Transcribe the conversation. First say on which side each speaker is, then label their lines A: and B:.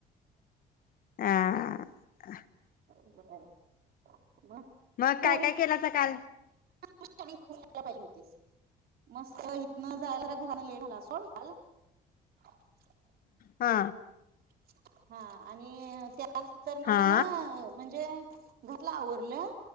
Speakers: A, on the left (about 55°); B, on the right (about 65°).
A: आ
B: <unintelligible>
A: मग
B: पुरी
A: काय काय केलासा काल
B: <inaudible> पाहिजे होतीस मस्त न जायला <inaudible> लेट झालास होय <unintelligible>
A: हा
B: <inaudible> हा आणि त्यानंतर ना
A: हा
B: मग म्हणजे घरातलं आवरलं